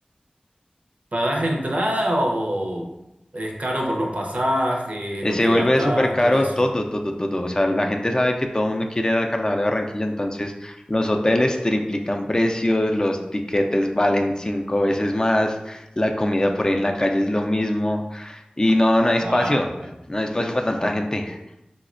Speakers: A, on the right; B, on the left.
A: ¿pagás entrada o es caro por los pasajes,
B: Eh,
A: lo
B: se
A: que
B: vuelve
A: gastás,
B: súper caro
A: todo eso?
B: todo, todo, todo. O sea, la gente sabe que todo el mundo quiere ir al Carnaval de Barranquilla, entonces los hoteles triplican precios, los tiquetes valen cinco veces más, la comida por ahí en la calle es lo mismo y no, no hay
A: Ah,
B: espacio,
A: claro.
B: no hay espacio para tanta gente. <laughs>